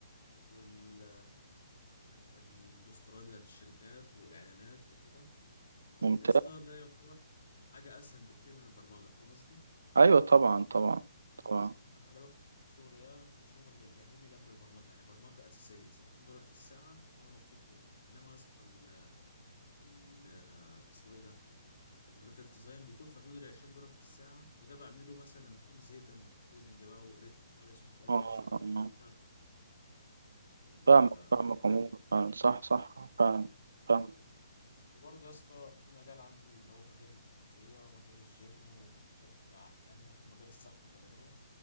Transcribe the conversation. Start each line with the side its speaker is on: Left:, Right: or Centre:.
Left: وال حاج- البوسترات بتاعت الشركات والاعلانات وكده فاليسطا
Right: ممتاز
Left: ده يعتبر حاجه اسهل بكتير من البرمجه فاهم قصدي
Right: ايوه طبعا طبعا طبعا
Left: انا أنا باخد الشغل ده كشغل جانبي جنب البرمجه يعني برمجه اساسيه 60 دولار في الساعه وانا مبسوط جدا انما يا اسطى ال ال- اسمه ايه ده الجرافيك ديزاين بيكون في حدود ال 20 دولار في الساعة وده بعمله مثلا لما أكون زهقت من الكودينج بقى وقرفت خالص ومش قادر
Right: اه آه،
Left: أشتغل
Right: آه.
Left: فبشتغل ال-
Right: فاهمك فاهمك
Left: الجرافيك
Right: عموما
Left: ديزاين
Right: فعلا صح صح فعلا فاهم
Left: وبرضه يا اسطى في مجال عندي اللي هو مجال التغذية ومجال الجيم وبشكل عام يعني ومجال الصحة البدنية